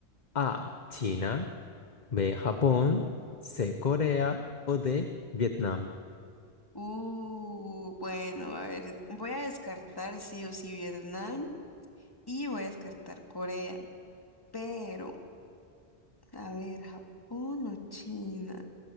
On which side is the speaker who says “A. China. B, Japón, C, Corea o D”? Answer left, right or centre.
Left